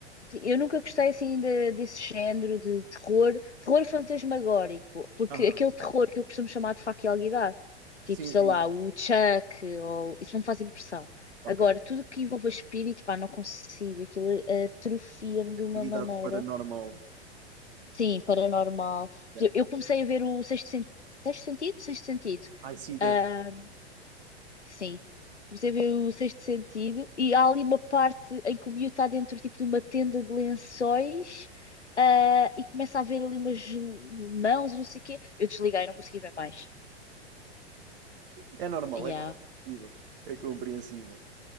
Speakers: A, on the left; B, on the right.
A: Eu nunca gostei assim de- desse género de terror, terror fantasmagórico, porque
B: Aham.
A: aquele terror que eu costumo chamar de faca e alguidar, tipo,
B: Sim,
A: sei
B: sim.
A: lá, o Chuck, ou isso não me faz impressão.
B: Ok.
A: Agora, tudo que envolva espírito, pá, não consigo, aquilo eh, atrofia-me de
B: Atividade
A: uma maneira,
B: paranormal.
A: sim, paranormal.
B: Yeah.
A: Eu eu comecei a ver o Sexto, Sen- Sexto Sentido, Sexto Sentido.
B: I see that.
A: Ah, Sim. Comecei a ver o Sexto Sentido e há ali uma parte em que o miúdo está dentro tipo, de uma tenda de lençóis ah, e começa a ver ali umas mãos e não sei o quê. Eu desliguei, não consegui ver mais.
B: É normal,
A: Yeah.
B: é compreensível. É compreensível.